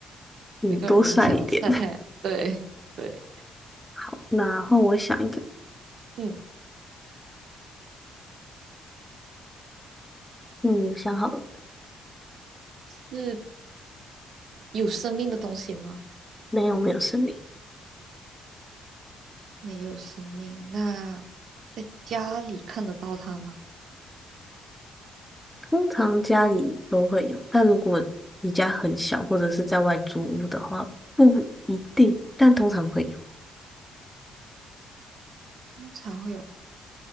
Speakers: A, in the centre; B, on the right.
A: 会嗯，
B: 每个人都很想要晒太阳，
A: 多晒一点。<laughs>
B: 对对。
A: 好，那换我想一个，
B: 嗯。
A: 嗯，我想好了，
B: 是有生命的东西吗？
A: 没有没有生命，
B: 没有生命。那在家里看得到它吗？
A: 通常家里都会有，但如果你家很小或者是在外租屋的话，不一定，但通常会有。
B: 通常会有，